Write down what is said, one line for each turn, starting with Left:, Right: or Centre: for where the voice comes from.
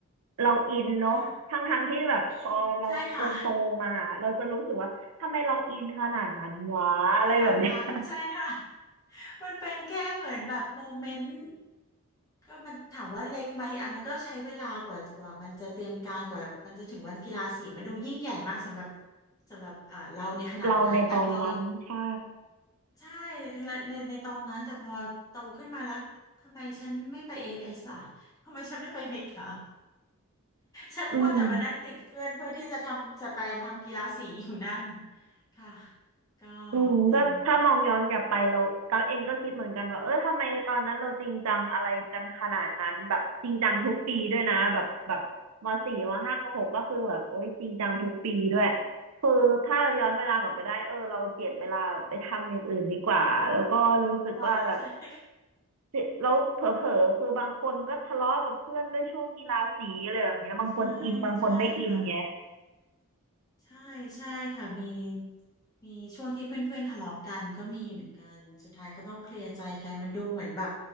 Right: เราอินเนาะทั้งทั้งที่แบบพอเราเราโตมาเราจะรู้สึกว่าทำไมเราอินขนาดนั้นวะอะไรแบบเนี้ย
Left: ค่ะอินใช่ค่ะ <laughs> ขนาดนั้นใช่ค่ะ
Right: <laughs>
Left: มันเป็นแค่เหมือนแบบโมเมนต์ก็มันถามว่าเล็กไหมอ่ะมันก็ใช้เวลากว่ากว่ามันจะเตรียมการกว่ามันจะถึงวันกีฬาสีมันดูยิ่งใหญ่มากสำหรับสำหรับเอ่อเราในขณะนั้นแต่พอ
Right: เราในตอนนั้นใช่
Left: ใช่ในในในตอนนั้นแต่พอโตขึ้นมาแล้วทำไมฉันไม่ไปเอเอฟเอสล่ะทำไมฉันไม่ไปอเมริกาฉันมัวแต่มานั่งติดเพื่อนเพื่อที่จะทำสแตนทำกีฬาสีอยู่นั่น
Right: อืม
Left: ค่ะก็
Right: อืมก็ถ้ามองย้อนกลับไปเราตั๊กเองก็คิดเหมือนกันว่าเออทำไมตอนนั้นเราจริงจังอะไรกันขนาดนั้นแบบจริงจังทุกปีด้วยนะแบบแบบมสี่มห้ามหกก็คือแบบโอ๊ยจริงจังทุกปีด้วย
Left: เป็นค่ะ
Right: คือถ้าเราย้อนเวลากลับไปได้เออเราเจียดเวลาไปทำอย่างอื่นดีกว่าแล้วก็รู้สึกว่าแบบ
Left: ดีกว่าใช่ไหม
Right: เสียแล้วเผลอๆคือบางคนก็ทะเลาะกับเพื่อนด้วยช่วงกีฬาสีอะไรแบบเนี้ยบางคนอินบางคนไม่อินไง
Left: ใช่ใช่ค่ะใช่ใช่ค่ะมีมีช่วงที่เพื่อนๆทะเลาะกันก็มีเหมือนกันสุดท้ายก็ต้องเคลียร์ใจกันมันดูเหมือนแบบ